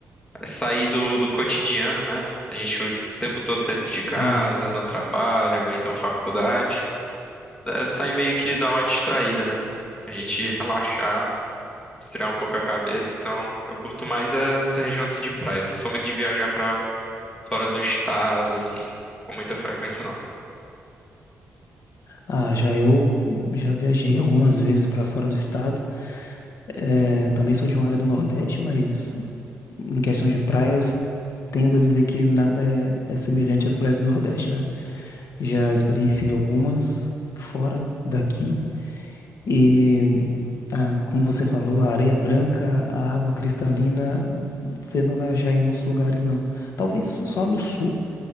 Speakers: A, on the left; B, on the left.
A: É sair do, do cotidiano, né? A gente o tempo todo dentro de casa,
B: Sim.
A: no trabalho, ou então faculdade. É sair meio que dar uma distraída, né? A gente <laughs> relaxar, esfriar um pouco a cabeça. Então, eu curto mais é essa região assim de praia. Eu não sou muito de viajar pra fora do estado, assim, com muita frequência, não.
B: Ah, já eu já viajei algumas vezes para fora do estado. É, também sou de uma área do Nordeste, mas em questão de praias, tendo a dizer que nada é, é semelhante às praias do Nordeste, né? Já experienciei algumas fora daqui. e Ah, como você falou, a areia branca, a água cristalina, você não vai achar em muitos lugares, não. Talvez só no sul,